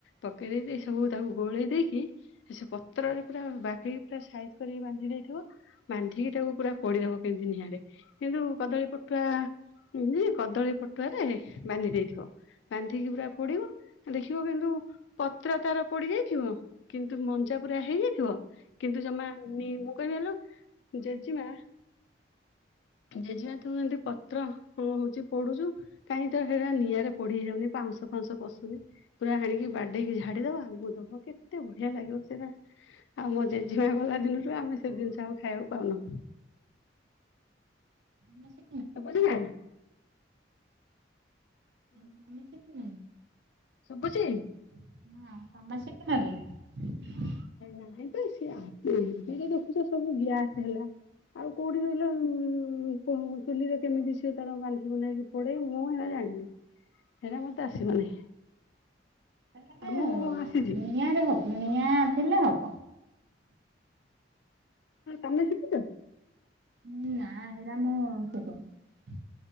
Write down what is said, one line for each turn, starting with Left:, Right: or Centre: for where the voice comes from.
Left: ପକେଇ ଦେଇକି ସବୁ ତାକୁ ଗୋଳେଇ ଦେଇକି ସେ ପତ୍ରରେ ପୁରା ବାଗେଇ ପା ସାଇଜ କରି ବାନ୍ଧି ଦେଇଥିବ। ବାନ୍ଧିକି ତାକୁ ପୁରା ପୋଡିଦବ କେମତି ନିଆଁରେ କିନ୍ତୁ କଦଳୀ ପଟୁଆ-ଆ-ଆ ଏମିତି କଦଳୀ ପଟୁଆରେ ବାନ୍ଧି ଦେଇଥିବ। ବାନ୍ଧିକି ପୁରା ପୋଡିବ ଦେଖିବ କିନ୍ତୁ ପତ୍ର ତାର ପୋଡି ଯାଇଥିବ, କିନ୍ତୁ ମଞ୍ଜା ପୁରା ହେଇଯାଇଥିବ, କିନ୍ତୁ ଜମା ନି, ମୁଁ କହିବି ଆଲୋ ଜେଜେମା ଜେଜେମା ତୁ ଏମିତି ପ ପତ୍ର ହ ହଉଛି ପଡୁଛୁ କାହିଁକି ତ ସେଇଟା ନିଆଁରେ ପଡିି ହେଇଯାଉନି ପାଉଁଶ ଫାଉଁଶ ପଶୁନି ପୁରା ଆଣିକି ବାଡେଇକି ଝାଡି ଦବ ଆମକୁ ଦବ କେତେ ବଢିଆ ଲାଗିବ ସେଇଟା। ଆମ ଜେଜେମା ଗଲା ଦିନରୁୁ ଆମେ ସେ ଜିନିଷ ଆଉ ଖାଇବାକୁ ପାଉନୁ।
Right: ମ ସେ
Left: ବୁଝିଲାନା
Right: <unintelligible>
Left: ଶୁଭୁଛି?
Right: ହଁ ସମ <unintelligible>
Left: ନାଇଁ ତ-ସ ଏବେ ତ <unintelligible> ଏମିତି ସବୁ ଗ୍ୟାସ ହେଲା ଆଉ କୋଉଠି କହିଲ-ଅ-ଅ-ଅ-ଅ ଚୁଲିରେ କେମିତି ସେ ତାର ବାନ୍ଧିବ ନେଇକି ଥୋଇଦେବି ମୁଁ ଏଇଟା ଜାଣିନି ସେଇଟା ମତେ ଆସିବନି।
Right: ସେ
Left: ତମକୁ
Right: ଗୋଟେ-ଏ-ଏ-ଏ
Left: କଣ ଆସିଛି
Right: ନିଆଁରେ ହବ। ନିଆଁ ଥିଲେ ହବ।
Left: ତମେ ଶିଖିଛ?
Right: ହୁଁ ନା ହେଇରା ମୁଁ ଶିଖିନି।